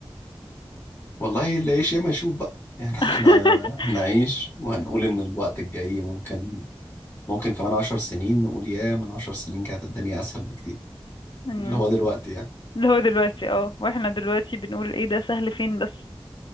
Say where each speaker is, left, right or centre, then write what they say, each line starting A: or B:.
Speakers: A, on the left (about 25°); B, on the left (about 55°).
A: والله اللي يعيش ياما يشوف بقى يعني
B: <laughs>
A: <laughs> احنا هنعيش وهنقول ان الوقت الجاي ممكن ممكن كمان عشر سنين نقول يا من عشر سنين كانت الدنيا اسهل بكتير
B: مم.
A: اللي هو دلوقتي يعني
B: اللي هو دلوقتي اه واحنا دلوقتي بنقول ايه ده سهل فين بس